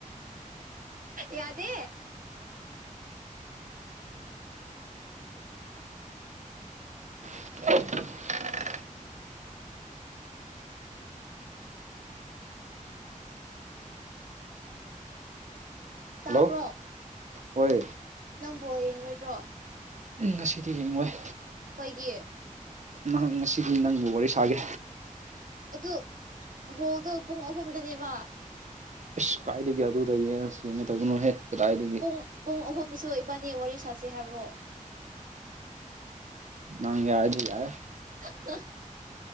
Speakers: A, on the right (about 80°); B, on the right (about 60°).
A: ꯌꯥꯗꯦ꯫
B: <unintelligible>
A: ꯇꯥꯕ꯭ꯔꯣ
B: ꯍꯜꯂꯣ ꯍꯣꯏ
A: ꯅꯪ ꯕꯣꯜ ꯌꯦꯡꯂꯣꯏꯗ꯭ꯔꯣ꯫
B: ꯎꯝ ꯉꯁꯤꯗꯤ ꯌꯦꯡꯉꯣꯏ꯫
A: ꯑꯩꯈꯣꯏꯒꯤ꯫
B: ꯅꯪ ꯉꯁꯤꯗꯤ ꯅꯪꯕꯨ ꯋꯥꯔꯤ ꯁꯥꯒꯦ꯫
A: ꯑꯗꯨ ꯕꯣꯜꯗꯨ ꯄꯨꯡ ꯑꯍꯨꯝꯗꯅꯦꯕ꯫
B: ꯏꯁ ꯀꯥꯏꯗꯒꯤ ꯑꯗꯨꯗ ꯌꯦꯡꯉꯁꯨ ꯌꯦꯡꯒꯗꯕꯣꯍꯦ ꯀꯗꯥꯏꯗꯒꯤ꯫
A: ꯄꯨꯡ ꯄꯨꯡ ꯑꯍꯨꯝꯗꯁꯨ ꯏꯕꯥꯅꯤ ꯋꯥꯔꯤ ꯁꯥꯁꯦ ꯍꯥꯏꯕ꯭ꯔꯣ꯫
B: ꯅꯪ ꯌꯥꯔꯗꯤ ꯌꯥꯔꯦ꯫
A: <unintelligible>